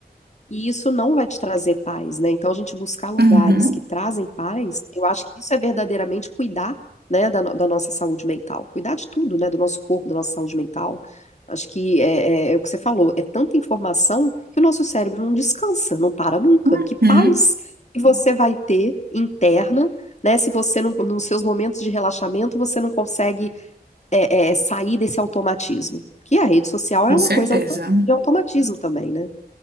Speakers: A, on the left (about 45°); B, on the right (about 75°).
A: E isso não vai te trazer paz, né? Então, a gente buscar lugares
B: Uhum.
A: que trazem paz, eu acho que isso é verdadeiramente cuidar, né, da, no- da nossa saúde mental. Cuidar de tudo, né? Do nosso corpo, da nossa saúde mental. Acho que é, é- é o que você falou, é tanta informação que o nosso cérebro não descansa, não para nunca.
B: Uhum,
A: Que paz que você vai ter interna, né? Se você, não, nos seus momentos de relaxamento, você não consegue é, é, é sair desse automatismo. Que a rede social
B: com
A: é uma
B: certeza,
A: coisa auto- de automatismo também, né?